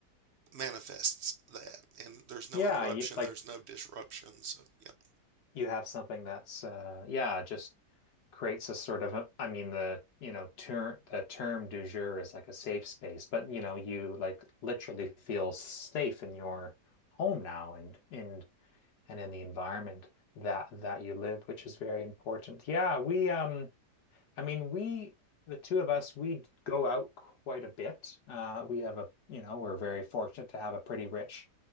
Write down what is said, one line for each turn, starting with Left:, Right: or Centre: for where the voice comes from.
Right: manifests that and there's no
Left: Yeah,
Right: interruption,
Left: you, like
Right: there's no disruption. So yeah,
Left: you have something that's uh yeah just creates a sort of a, I mean the you know term the term du jour is like a safe space but you know you like literally feel safe in your home now and and and in the environment that that you live which is very important yeah we um I mean we the two of us we go out quite a bit uh we have a you know we're very fortunate to have a pretty rich